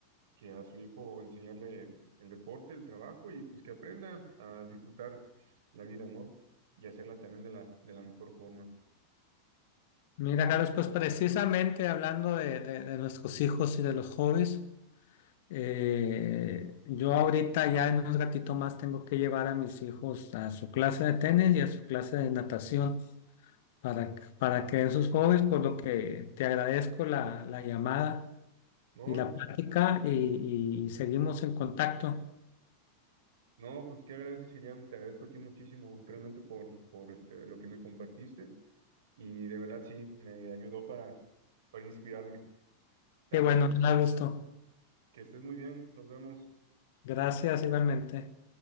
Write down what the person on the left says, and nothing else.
Mira, Carlos, pues precisamente hablando de, de- de nuestros hijos y de los jóvenes, eh, yo ahorita ya en un ratito más tengo que llevar a mis hijos a su clase de tenis y a su clase de natación. para, para que den sus hobbies, por lo que te agradezco la, la llamada
y la plática y, y seguimos en contacto.
Qué bueno, me da gusto.
Gracias igualmente.